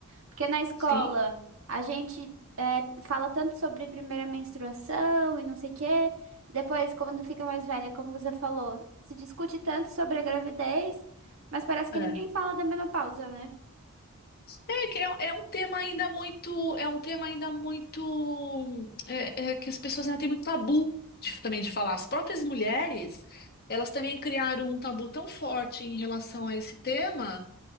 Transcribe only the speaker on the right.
Porque na escola
a gente é, fala tanto sobre primeira menstruação e não sei o quê. Depois, quando fica mais velha, como você falou, se discute tanto sobre a gravidez, mas parece que
ninguém fala da menopausa, né?